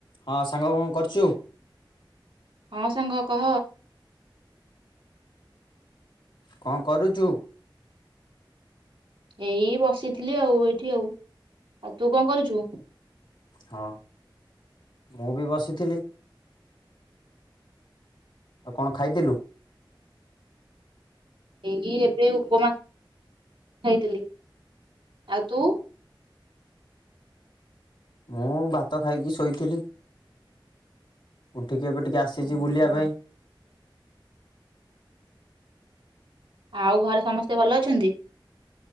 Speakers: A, on the left (about 70°); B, on the right (about 80°).
A: ହଁ ସାଙ୍ଗ କଣ କରୁଛୁ?
B: ଆ ସାଙ୍ଗ କହ?
A: କଣ କରୁଚୁ?
B: ଏଇ ବସିଥିଲି ଆଉ ଏଇଠି ଆଉ, ଆଉ ତୁ କଣ କରୁଚୁ?
A: ହଁ ମୁଁ ବି ବସିଥିଲି, ଆଉ କଣ ଖାଇଥିଲୁ?
B: ଏଇ ଏବେ ଉପମା ଖାଇଥିଲି, ଆଉ ତୁ
A: ମୁଁ ଭାତ ଖାଇକି ଶୋଇଥିଲି, ଉ ଉଠିକି ଏବେ ଟିକେ ଆସିଛି
B: ଓହୋ।
A: ବୁଲିବା ପାଇଁ।
B: ଆଉ ଘରେ ସମସ୍ତେ ଭଲ ଅଛନ୍ତି?